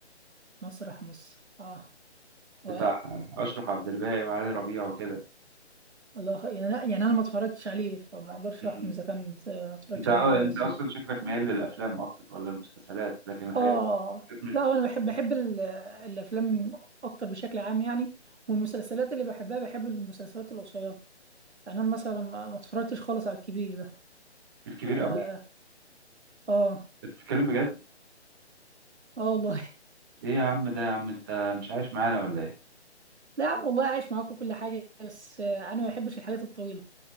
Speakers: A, on the right; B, on the right.
A: مسرح مصر اه و
B: بتاع اشرف عبد الباقي وعلي ربيع وكده
A: والله- خ- يعني يعني انا ما اتفرجتش عليه فما اقدرش
B: مم.
A: احكم اذا كان آه، ما اتفرجتش
B: انت آه،
A: عليه خالص
B: انت اصلا شكلك ميال للافلام اكتر ولا المسلسلات لكن الحاجات
A: اه
B: دي كانت مش
A: لا هو انا بحب بحب ال- الافلام اكتر بشكل عام يعني والمسلسلات اللي بحبها بحب المسلسلات القصيره يعني انا مثلا ما ما اتفرجتش خالص على الكبير ده
B: في الكبير
A: اه
B: قوي
A: اه
B: انت بتتكلم بجد
A: اه والله <laughs>
B: ايه يا عم ده يا عم انت مش عايش معانا ولا ايه
A: لا يا عم والله عايش معاكم كل حاجه بس آه، انا ما بحبش الحاجات الطويله